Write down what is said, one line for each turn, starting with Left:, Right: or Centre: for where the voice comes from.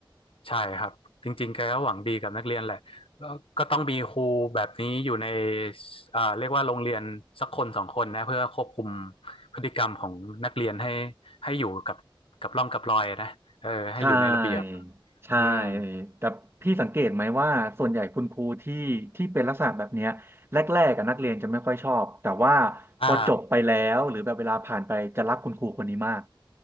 Left: ใช่ครับจริงๆแกก็หวังดีกับนักเรียนแหละแล้วก็ต้องมีครูแบบนี้อยู่ในอ่าเรียกว่าโรงเรียนสักคนสองคนนะเพื่อควบคุมพฤติกรรมของนักเรียนให้ให้อยู่กับกับร่องกับรอยนะเออให้อยู่ในระเบียบ
Right: ใช่ใช่
Left: อืม
Right: แต่พี่สังเกตไหมว่าส่วนใหญ่คุณครูที่ที่เป็นลักษณะแบบเนี้ยแรกๆกับนักเรียนจะไม่ค่อยชอบแต่ว่าพอจบไปแล้วหรือแบบเวลาผ่านไปจะรักคุณครูคนนี้มาก
Left: อ่า